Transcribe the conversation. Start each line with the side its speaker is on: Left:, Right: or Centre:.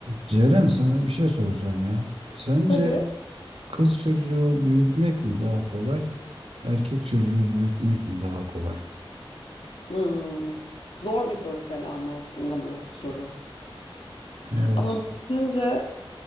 Right: Ceren sana bir şey soracağım ya. Sence
Left: Tabii.
Right: kız çocuğu büyütmek mi daha kolay, erkek çocuğu büyütmek mi daha kolay?
Left: Hmm. Zor bir soru Selam aslında bu soru.
Right: Evet.
Left: Ama düşününce